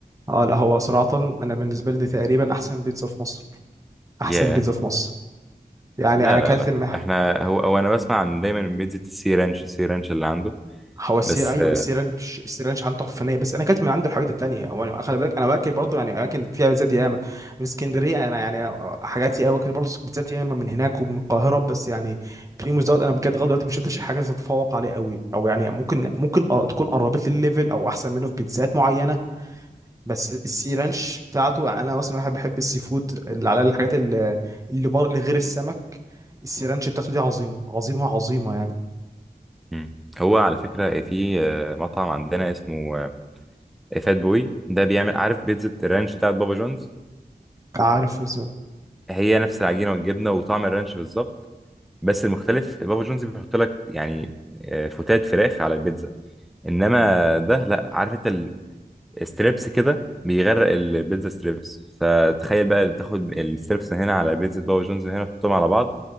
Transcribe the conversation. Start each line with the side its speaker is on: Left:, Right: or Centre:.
Right: اه لا هو صراحة انا بالنسبة لي دي تقريبا احسن بيتزا في مصر احسن
Centre: ياه
Right: بيتزا في مصر يعني
Centre: لا
Right: انا اكلت
Centre: لا لا
Right: م-
Centre: احنا هو, هو انا بسمع عن دايما من بيتزا السي رانش السي رانش اللي عنده
Right: هو السير
Centre: بس
Right: ايوه
Centre: آه،
Right: السيرانش السيرانش عنده تحفة فنية بس انا اكلت من عنده الحاجات التانية وانا خلي بالك انا باكل برضه يعني اماكن فيها بيتزات ياما من اسكندرية انا يعني حاجاتي قوي باكل برضه بيتزات ياما من هناك ومن القاهرة بس يعني بريموس دوت انا بجد لغاية دلوقتي ما شفتش حاجة تتفوق عليه قوي او يعني ممكن ممكن أ- تكون قربت لي الليفل او احسن منه في بيتزات معينة بس السي رانش بتاعته يعني انا مثلا واحد بحب السي فود اللي على الحاجات اللي اللي بر- اللي غير السمك السي رانش بتاعته دي عظيمه عظيمه عظيمه يعني
Centre: مم. هو على فكرة في آه، مطعم عندنا اسمه آه، فات بوي ده بيعمل عارف بيتزا الرانش بتاعت بابا جونز
Right: عارف ازاي
Centre: هي نفس العجينه والجبنه وطعم الرانش بالظبط بس المختلف بابا جونز بيحط لك يعني آه، فتات فراخ على البيتزا انما ده لا عارف انت ال- الستريبس كده بيغرق البيتزا ستريبس فتخيل بقى تاخد الستريبس هنا على بيتزا بابا جونز هنا تحطهم على بعض